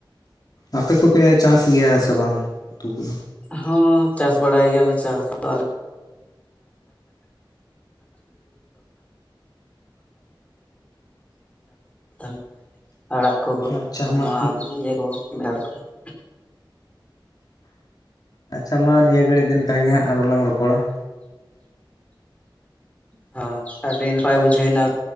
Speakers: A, on the left; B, on the left.
A: ᱟᱯᱮ ᱠᱚᱯᱮ ᱪᱟᱥ ᱜᱮᱭᱟ ᱥᱮ ᱵᱟᱝ ᱩᱛᱩ ᱠᱚᱫᱚ?
B: ᱦᱚᱸ ᱪᱟᱥ ᱵᱟᱲᱟᱭ ᱜᱮᱭᱟᱞᱮ ᱪᱟᱥ ᱫᱚ ᱟᱞᱮ <inaudible> <inaudible> <inaudible> ᱟᱲᱟᱜ ᱠᱚᱠᱚ
A: ᱟᱪᱪᱷᱟ ᱢᱟ
B: <inaudible> ᱤᱭᱟᱹ ᱠᱚ ᱵᱷᱮᱲ ᱠᱚ ᱾
A: <inaudible> ᱟᱪᱪᱷᱟ ᱢᱟ ᱱᱤᱭᱟᱹ ᱜᱷᱟᱹᱲᱤᱡ ᱫᱚ ᱱᱤᱝᱠᱟ ᱜᱮ ᱦᱟᱸᱜ ᱟᱨᱚ ᱞᱟᱝ ᱨᱚᱯᱚᱲᱟ ᱾
B: ᱦᱚᱸ ᱟᱹᱰᱤ ᱱᱟᱯᱟᱭ ᱵᱩᱡᱷᱟᱹᱣᱱᱟ ᱾